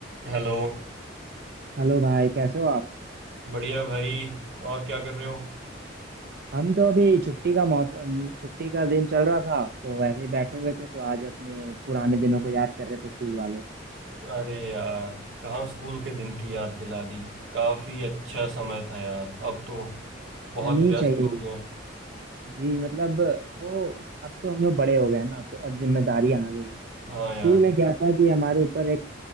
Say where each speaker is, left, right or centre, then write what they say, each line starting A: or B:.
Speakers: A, on the right; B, on the right.
A: Hello
B: Hello भाई कैसे हो आप
A: बढ़िया भाई और क्या कर रहे हो
B: हम तो अभी छुट्टी का मौसम छुट्टी का दिन चल रहा था तो वैसे ही बैठे हुए थे तो आज अपने पुराने दिनों को याद कर रहे थे स्कूल वाले
A: अरे यार कहाँ स्कूल के दिन की याद दिला दी काफी अच्छा समय था यार अब तो बहुत
B: आनी
A: व्यस्त
B: चाहिए
A: हो
B: यार
A: गए हैं
B: जी मतलब वो अब तो हम लोग बड़े हो गए हैं ना तो अब जिम्मेदारियां आ गई हैं
A: हाँ
B: स्कूल
A: यार
B: में क्या था कि हमारे ऊपर एक